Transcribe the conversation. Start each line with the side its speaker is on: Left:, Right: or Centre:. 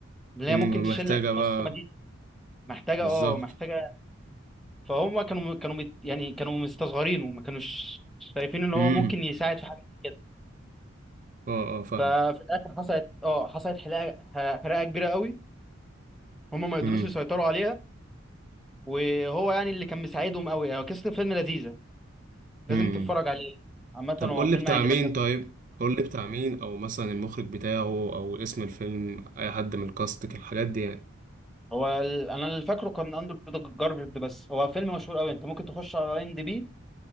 Centre: اللي
Right: امم
Centre: هي ممكن تشيلك
Right: محتاجة بقى
Centre: نص مدينة محتاجة
Right: بالظبط
Centre: اه محتاجة فهم كانوا كانوا بيت- يعني كانوا مستصغرينه ما كانوش شايفين ان هو
Right: امم
Centre: ممكن يساعد في حاجة كده.
Right: اه اه فاهمك
Centre: ففي الاخر حصلت اه حصلت حرقه حرقه كبيره قوي هم ما قدروش
Right: امم
Centre: يسيطروا عليها وهو يعني اللي كان مساعدهم قوي هو قصه الفيلم لذيذه لازم
Right: امم
Centre: تتفرج عليه عامه
Right: طب
Centre: هو
Right: قول
Centre: فيلم
Right: لي بتاع
Centre: هيعجبك
Right: مين
Centre: أوي.
Right: طيب قول لي بتاع مين او مثلا المخرج بتاعه او اسم الفيلم اي حد من الكاست الحاجات دي يعني.
Centre: هو ال... انا اللي فاكره كان اندرو جارفيلد بس هو فيلم مشهور قوي انت ممكن تخش على ام دي بي